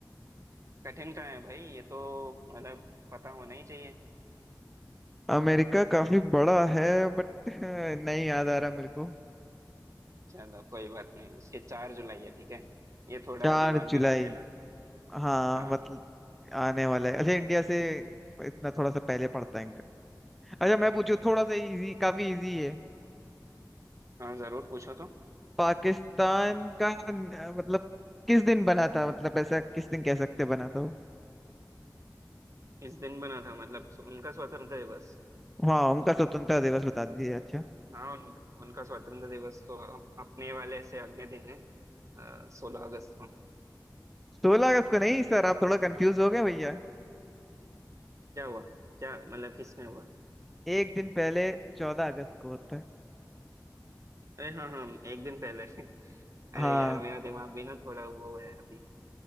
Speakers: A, on the right; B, in the centre.
A: कठिन का है भाई ये तो मतलब पता होना ही चाहिए
B: अमेरिका काफी बड़ा है बट <laughs> नहीं याद आ रहा मेरे को
A: चलो कोई बात नहीं उसके चार जुलाई है ठीक है ये थोड़ा
B: चार
A: दिमाग
B: जुलाई
A: में रख लेना
B: हाँ
A: हाँ
B: मतलब आने वाला है अच्छा इंडिया से इतना थोड़ा सा पहले पड़ता है इनका अच्छा मैं पूछू थोड़ा सा इजी काफी इजी है
A: हाँ जरूर पूछो तो
B: पाकिस्तान का न- मतलब किस दिन बना था मतलब ऐसा किस दिन कह सकते बना था वो
A: इस दिन बना था मतलब स- उनका स्वतंत्रता दिवस
B: हाँ उनका स्वतंत्रता दिवस बता दीजिए अच्छा
A: हाँ उन, उनका स्वतंत्रता दिवस तो अ- अपने वाले से अगले दिन है सोलह अगस्त
B: सोलह अगस्त को नहीं सर आप थोड़ा कंफ्यूज हो गए भैया
A: क्या हुआ क्या मतलब किस में हुआ
B: एक दिन पहले चौदह अगस्त को होता है
A: अरे हाँ हाँ एक दिन पहले <laughs>
B: हाँ
A: अरे यार मेरा दिमाग भी ना थोड़ा वो है अभी